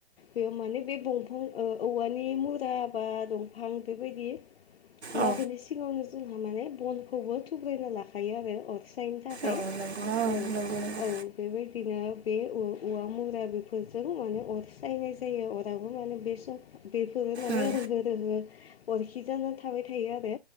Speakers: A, on the left; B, on the right.
A: बेयाव माने बे दंफां ओ औवानि मुरा बा दंफां बेबायदि मागोनि
B: औ
A: सिगाङावनो जोंहा माने बनखौबो थुग्रायना लाखायो आरो अर नो थाखाय
B: औ नंगौ
A: औ
B: नंगौ नंगौ
A: औ बेबायदिनो बे औ औवा मुरा बेफोरजों माने अर स्रायनाय जायो अरावबो माने बे सम बेफोरो माने
B: उम
A: रोहो रोहो अरखि जानो थाबाय थायो आरो